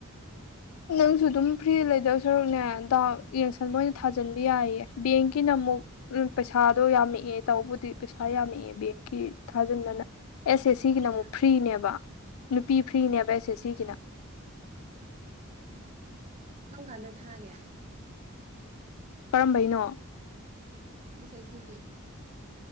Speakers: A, on the left (about 75°); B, on the right (about 35°).
A: ꯅꯪꯁꯨ ꯑꯗꯨꯝ ꯐ꯭ꯔꯤꯗ ꯂꯩꯗꯧ ꯁꯔꯨꯛꯅꯦ ꯗꯥꯎ ꯌꯦꯡꯁꯟꯕ ꯑꯣꯏꯅ ꯊꯥꯖꯤꯟꯕ ꯌꯥꯏꯌꯦ ꯕꯦꯡꯀꯤꯅ ꯑꯃꯨꯛ ꯎꯝ ꯄꯩꯁꯥꯗꯣ ꯌꯥꯝꯃꯛꯑꯦ ꯇꯧꯕꯨꯗꯤ ꯄꯩꯁꯥ ꯌꯥꯝꯃꯛꯑꯦ ꯕꯦꯡꯀꯤ ꯊꯥꯖꯤꯟꯕꯅ ꯑꯦꯁ ꯑꯦꯁ ꯁꯤꯒꯤꯅ
B: ꯀꯌꯥ
A: ꯑꯃꯨꯛ ꯐ꯭ꯔꯤꯅꯦꯕ ꯅꯨꯄꯤ ꯐ꯭ꯔꯤꯅꯦꯕ
B: ꯎꯝ
A: ꯑꯦꯁ ꯑꯦꯁ ꯁꯤꯒꯤꯅ
B: ꯎꯝ ꯀꯔꯝ ꯀꯥꯟꯗ ꯊꯥꯒꯦ
A: ꯀꯔꯝꯕꯩꯅꯣ
B: ꯑꯦꯁ ꯑꯦꯁ ꯁꯤꯒꯤ